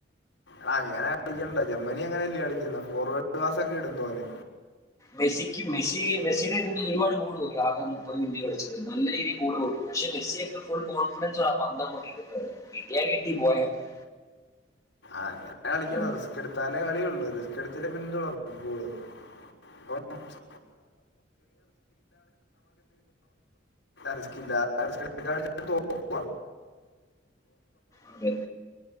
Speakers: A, on the left; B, on the left.
A: ആ അങ്ങനെ കളിക്കണ്ട ജർമ്മനി അങ്ങനെല്ലേ കളിക്കുന്ന ഫോർവേഡ്ക്ലാസ്ക്കെ ഇട്ണ്ട് ഒന്
B: മെസ്സിക് മെസി മെസ്സീ ഇരുന്ന് ഒരുപാട് ഗോൾ പോയി ആകെ മുപ്പത് മിനിറ്റ് കളിച്ചത് നല്ല രീതിയിൽ ഗോൾ പോയി. പക്ഷെ മെസ്സിയൊക്കെ ഫുൾ കോൺഫിഡൻസ ആ ആ പന്ത് അങ്ങോട്ട് ഇടുന്നത് കിട്ടിയാ കിട്ടി പോയ പോയി.
A: ആങ്ങനെ കളിക്കണം
B: അത്
A: റിസ്ക് എടുത്താലേ കളിയള്ള് റിസ്ക് എടുത്തിട്ടില്ലെ പിന്നെ എന്തതു ഫുട്ബോള്. <unintelligible> റിസ്കില്ല റിസ്കില്ല റിസ്കിടറ്റക്കാണെങ്കി തോൽക്കോ
B: അതെ.